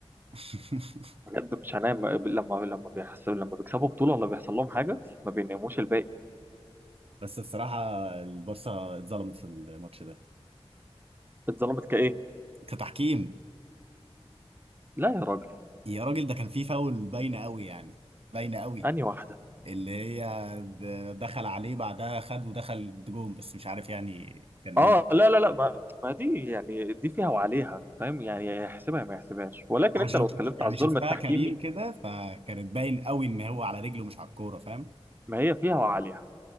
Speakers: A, on the right (about 65°); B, on the right (about 20°).
A: <laughs>
B: بجد مش هنام لما لما بيحصل لما بيكسبوا بطوله ولا بيحصل لهم حاجه ما بيناموش الباقي
A: بس بصراحه البارسا اتظلمت في الماتش ده
B: اتظلمت كايه
A: كتحكيم
B: لا يا راجل
A: يا راجل ده كان فيه فاول باينه قوي يعني باينه قوي
B: انهي واحده
A: اللي هي د- دخل عليه بعدها خد ودخل جون بس مش عارف يعني كان
B: اه
A: مين
B: لا لا لا ما, ما دي يعني دي فيها وعليها فاهم يعني يحسبها ما يحسبهاش ولكن
A: انا
B: انت
A: شفت
B: لو اتكلمت
A: يعني
B: على الظلم
A: شفتها
B: التحكيمي
A: كريل كده فكانت باين قوي ان هو على رجله مش على الكوره فاهم
B: ما هي فيها وعليها